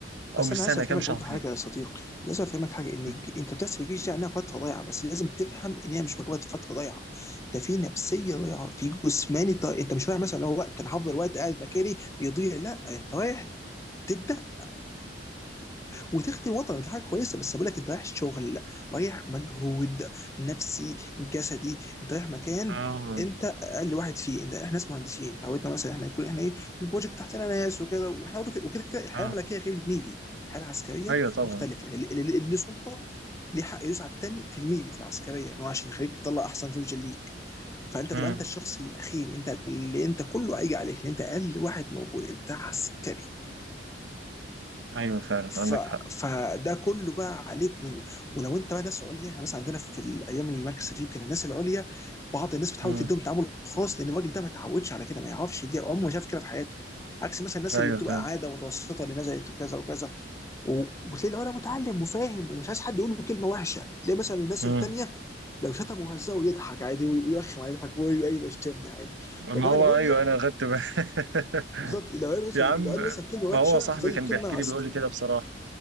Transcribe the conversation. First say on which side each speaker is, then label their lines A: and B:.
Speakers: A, on the right; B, on the left.
A: او
B: بس
A: مش
B: انا لازم
A: سنة
B: افهمك
A: كام شهر
B: برضه حاجه
A: يعني
B: يا صديقي لازم افهمك حاجه ان
A: <laughs>
B: الج- انت بتحسب الجيش ده انها فتره ضايعه بس لازم تفهم ان هي مش مجرد فتره ضايعه ده في نفسيه ضايعه في جسماني ضايع انت مش رايح مثلا اللي هو وقت انا هفضل وقت قاعد مكاني بيضيع لا انت رايح تدخل وتخدم وطنك دي حاجه كويسه بس بقول لك انت رايح شغل رايح مجهود نفسي جسدي انت رايح مكان
A: اه
B: انت اقل واحد فيه انت احنا ناس مهندسين تعودنا مثلا احنا يكون احنا ايه في البروجكت تحتنا ناس وكده واحنا برضه كده- وكده كده الحياه
A: اه
B: الملكيه غير الميري الحياه العسكريه
A: ايوه طبعا
B: مختلفه اللي اللي- اللي سلطه ليه حق يدوس على التاني في الميري في العسكريه ان هو عشان يخليك تطلع احسن فيرجن ليك فانت
A: مم.
B: تبقى انت الشخص الاخير انت اللي انت كله هيجي عليك لان انت اقل واحد موجود انت عسكري
A: ايوه فعلا
B: ف...
A: عندك حق
B: فده كله بقى عليك و... ولو انت بقى ناس عليا يعني مثلا عندنا في الايام اللي المركز فيه كان الناس العليا بعض الناس بتحاول
A: مم.
B: تديهم تعامل خاص لان الراجل ده ما اتعودش على كده ما يعرفش دي عمره ما شاف كده في حياته عكس مثلا الناس
A: ايوه
B: اللي بتبقى
A: فعلا
B: عاده متوسطه اللي نزلت وكذا وكذا و- وتلاقي العليا متعلم وفاهم ومش عايز حد يقول له كلمه وحشه تلاقي مثلا الناس
A: مم.
B: التانيه لو شتم وهزه يضحك عادي وي- ويرخم عليه يضحك وي- ايوه يشتمنا عادي
A: ما
B: بينما
A: هو
B: العليا
A: ايوه انا اخدت بالي <laughs>
B: بالظبط لو قال مثلا
A: يا عم
B: لو قال مثلا كلمه وحشه
A: ما هو صاحبي
B: زي
A: كان
B: كلمه
A: بيحكي
B: عسكري
A: لي بيقول لي كده بصراحه